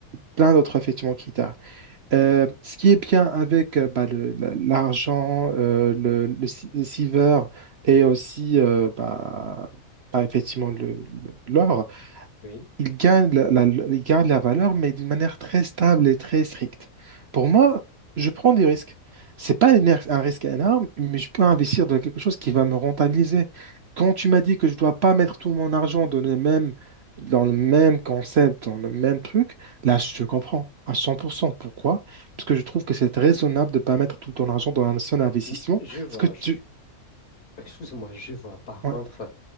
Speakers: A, on the right; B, on the left.
A: plein d'autres effectivement qui tardent. Euh, ce qui est bien avec euh, bah, le- la- l'argent, euh, le, le, si- le silver et aussi euh, bah, bah, effectivement le, le- l'or,
B: Oui.
A: il gagne la, la- la- il gagne la valeur, mais d'une manière très stable et très stricte. Pour moi, je prends des risques. C'est pas un er- un risque énorme, mais je peux investir dans quelque chose qui va me rentabiliser. Quand tu m'as dit que je dois pas mettre tout mon argent dans le même, dans le même concept, dans le même truc, là, je te comprends à cent pour cent Pourquoi? Parce que je trouve que c'est raisonnable de pas mettre tout ton argent dans un seul investissement.
B: Mm, Je vois,
A: Parce que
B: je-
A: tu...
B: excuse-moi, je vois. Par
A: ouais.
B: contre,